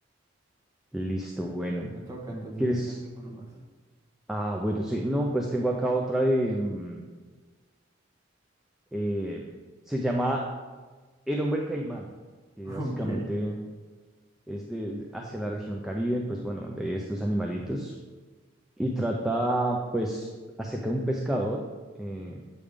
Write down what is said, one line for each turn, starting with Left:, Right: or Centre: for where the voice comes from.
Centre: listo, bueno.
Right: Me toca entonces
Centre: ¿Quieres?
Right: si tienes alguna más.
Centre: Ah, bueno, sí. No, pues tengo acá otra de... mm, Eh, se llama El Hombre Caimán, que
Right: <laughs>
Centre: básicamente
Right: Ok.
Centre: es de, de- hacia la región Caribe, pues bueno, de estos animalitos, y trata pues acerca de un pescador eh,